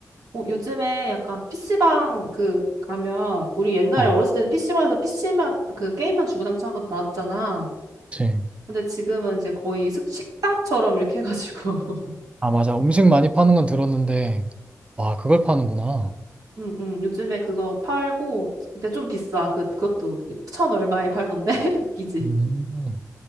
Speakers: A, on the right; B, on the right.
A: 어, 요즘에 약간 PC방 그 가면 우리 옛날에
B: 어,
A: 어렸을 때는 PC방에서 PC만 그 게임만 주구장창 하고 나왔잖아.
B: 그치.
A: 근데 지금은 이제 거의 식- 식당처럼 이렇게 해가지고 <laughs>
B: 아, 맞아. 음식 많이 파는 건 들었는데, 와, 그걸 파는구나.
A: 응, 응, 요즘에 그거 팔고 근데 좀 비싸. 그, 그것도 천 얼마에 팔던데? <laughs> 웃기지?
B: 음.